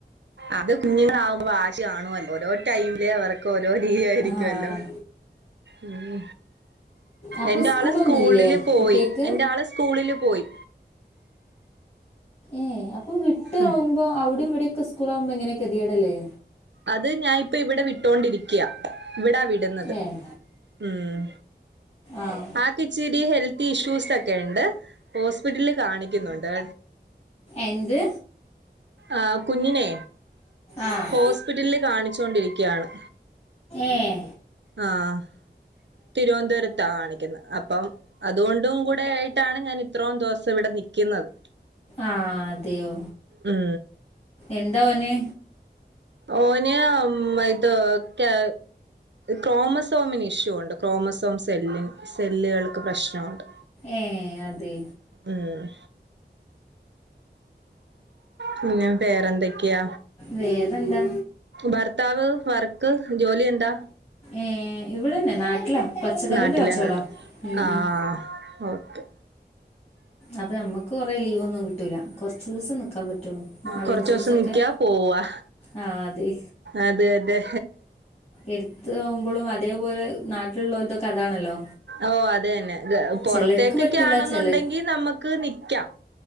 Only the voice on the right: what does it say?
അത് കുഞ്ഞുങ്ങളാവുമ്പോ വാശി കാണുവല്ലോ ഓരോ ടൈമില് അവർക്ക് ഓരോ രീതിയായിരിക്കുവല്ലോ
ഉം
എന്റെ
ആള് സ്കൂളില് പോയി
എന്റെ ആള് സ്‌ സ്കൂളില് പോയി
ഉം
അത് ഞാൻ ഇപ്പൊ ഇവിടെ വിട്ടോണ്ടിരിക്കയാ ഇവിടാ വിട് ന്നത്
ഉം
ആക്ക് ഇച്ചിരി ഹെൽത്ത് ഇഷ്യൂസ് ഒക്കെ ഇണ്ട് ഹോസ്പിറ്റലില് കാണിക്കുന്നുണ്ട്
ആഹ് കുഞ്ഞിനേ
ഹോസ്പിറ്റല് കാണിച്ചുകൊണ്ടിരിക്കയാണ്
ആഹ് തിരുവന്തോര ത്താ കാണിക്കുന്നത് അപ്പം അതുകൊണ്ടും കൂടെ ആയിട്ടാണ് ഞാൻ ഇത്രോം ദിവസം ഇവിട നിക്കുന്നത്
ഉം
ഓന് മ് ഇത് കെ ക്രോമസോമിന് ഇഷ്യൂ ഒണ്ട് ക്രോമസോം സെല്ലിന് സെല്ലുകൾക്ക് പ്രശ്നൊണ്ട്
ഉം പിന്ന വേറെന്തക്കെയാ
ഭർത്താവ് വർക്ക് ജോലി എന്താ
നാട്ടിലന്നോട്ട്
ആഹ്
ഓക്കെ
കൊറച്ചു
ഓസം നിക്കാ പോവാ
അതെ അതെ
ഓ അത് തന്നെ ഇത്‌ പൊറത്തേക്കൊക്ക
ആണെന്നുണ്ടെങ്കി
നമ്മക്ക് നിക്കാം